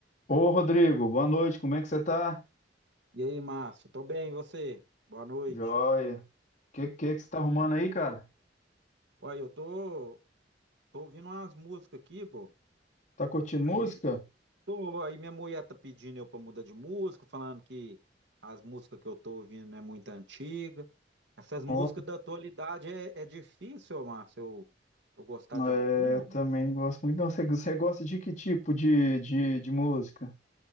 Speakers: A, on the left; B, on the right.
A: Ô Rodrigo, boa noite, como é que você tá?
B: E aí, Márcio? Tô bem, e você? Boa noite.
A: Joia. Que que que
B: Então
A: você tá
B: tá
A: arrumando
B: bom.
A: aí, cara?
B: Olha, eu tô, tô ouvindo umas músicas aqui, bo.
A: Tá curtindo música?
B: Aí, tô, aí minha mulher tá pedindo eu pra mudar de música, falando que as músicas que eu tô ouvindo não é muito antiga. Essas músicas
A: Ó,
B: da atualidade é, é difícil, ô, Márcio, eu, eu gostar de
A: é,
B: alguma,
A: eu também
B: pô.
A: gosto muito. Não, você, você gosta de que tipo de, de, de música?